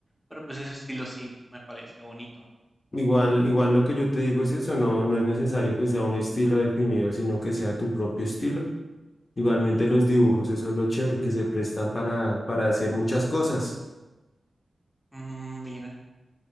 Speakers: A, in the centre; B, on the left.
A: Pero pues ese estilo sí me parecía bonito.
B: Igual, igual lo que yo te digo es eso, no, no es necesario que sea un estilo definido, sino que sea tu propio estilo. Igualmente
A: Mm,
B: los dibujos, eso es lo chévere, que se prestan para, para hacer muchas cosas.
A: mm, mira.